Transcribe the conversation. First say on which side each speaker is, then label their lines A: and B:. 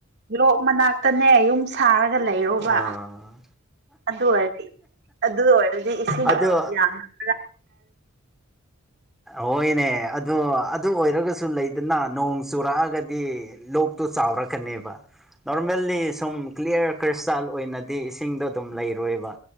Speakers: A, on the right (about 55°); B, in the centre.
A: ꯂꯣꯛ ꯃꯅꯥꯛꯇꯅꯦ ꯌꯨꯝ ꯁꯥꯔꯒ ꯂꯩꯔꯣꯕ
B: ꯑꯥ
A: ꯑꯗꯨ ꯑꯣꯏꯔꯗꯤ ꯑꯗꯨ ꯑꯣꯏꯔꯗꯤ ꯏꯁꯤꯡꯗꯣ
B: ꯑꯗꯣ
A: ꯌꯥꯝꯔꯗꯤ
B: ꯍꯣꯏꯅꯦ ꯑꯣ ꯑꯗꯨ ꯑꯣꯏꯔꯒꯁꯨ ꯂꯩꯗꯅ ꯅꯣꯡ ꯆꯨꯔꯛꯑꯒꯗꯤ ꯂꯣꯛꯇꯨ ꯆꯥꯎꯔꯛꯀꯅꯦꯕ ꯅꯣꯔꯃꯦꯜꯂꯤ ꯁꯨꯝ ꯀ꯭ꯂꯤꯌꯥꯔ ꯈ꯭ꯔꯤꯁꯇꯜ ꯑꯣꯏꯅꯗꯤ ꯁꯤꯡꯗꯣ ꯑꯗꯨꯝ ꯂꯩꯔꯣꯏꯕ